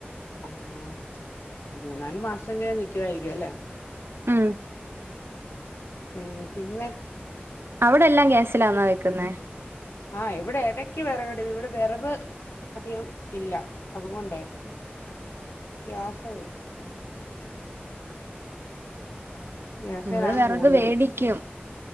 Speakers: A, on the left (about 85°); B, on the right (about 75°).
A: ആഹ് മൂന്നാല് മാസംക്കെ നിക്കുവാരിക്കും അല്ലേ
B: ഉം
A: ഉം പിന്നെ
B: അവിടെല്ലാം ഗ്യാസിലാന്നൊ വെക്കുന്നേ
A: ആഹ് ഇവിടെ എടയ്ക്ക് വെറകടുപി ഇവെടെ വെറക് അധികം ഇല്ല അതുകൊണ്ടേ ഗ്യാസ് ഗ്യാസേലാണ്
B: നമ്മള് വെറക്
A: കൂടുതലും
B: വേടിക്കും